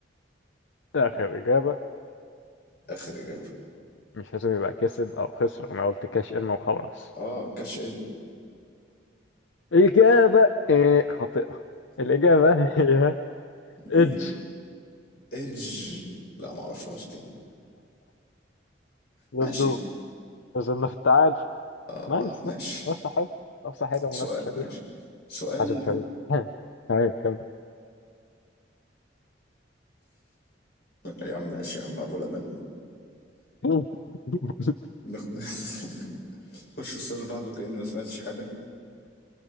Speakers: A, on the left (about 85°); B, on the left (about 60°).
A: ده آخر إجابة
B: اخر اجابه
A: مش لازم يبقى كسب أو خسر أنا قلت كاش إن وخلاص
B: اه كاش ان
A: إجابة إيه خاطئة الإجابة هي
B: مين
A: إدج
B: ايدج لا ما اعرفهاش دي
A: ليتس
B: ماشي
A: جو وصلنا في التعادل
B: اه
A: نايس
B: ماشي
A: نايس منافسة حلوة منافسة حلوة
B: سؤال
A: ومنافسة شريفة
B: ماشي سؤال
A: حازم شريف <laughs> ايوه كمل
B: يا عم ماشي يا عم ابو لبن
A: <laughs>
B: نخ- <laughs> نخش في السؤال اللي بعده كأني ما سمعتش حاجة